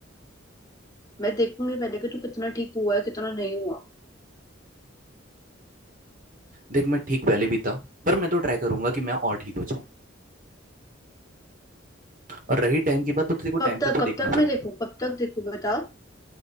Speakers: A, on the left (about 20°); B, on the right (about 45°).
A: मैं देखूंगी पहले कि तू कितना ठीक हुआ है कितना नहीं हुआ
B: देख मैं ठीक पहले भी था पर मैं तो ट्राई करूंगा कि मैं और ठीक हो जाऊं और रही टाइम की बात तो तेरे को
A: कब
B: टाइम का
A: तक
B: तो देखना
A: कब तक
B: पड़ेगा
A: मैं देखूं कब तक देखूं बता